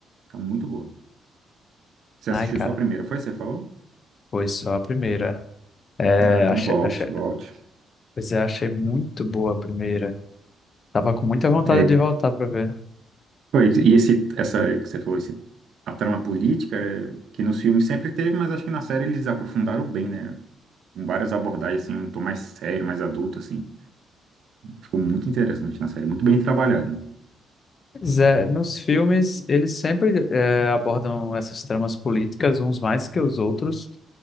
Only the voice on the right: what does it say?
Tá muito boa. Você
assistiu
só a primeira, foi? Você falou?
Ah, então
volte,
volte.
É,
foi, e esse, essa que você falou, esse, a trama política, é, que nos filmes sempre teve, mas acho que na série eles aprofundaram bem, né? Com várias abordagens, assim, um tom mais sério, mais adulto, assim. Ficou muito interessante na série, muito bem trabalhado.